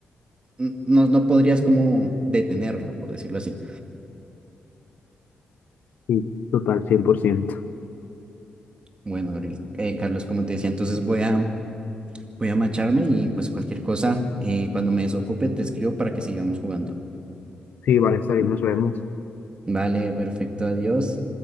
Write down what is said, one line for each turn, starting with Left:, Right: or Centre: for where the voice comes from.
Right: mm, no, no podrías como detenerlo, por decirlo así.
Left: Sí, total, cien por ciento
Right: Bueno, Gabriel, eh, Carlos, como te decía, entonces voy a, voy a marcharme y pues cualquier cosa, eh, cuando me desocupe, te escribo para que sigamos jugando.
Left: Sí, vale, está bien, nos vemos.
Right: Vale, perfecto, adiós.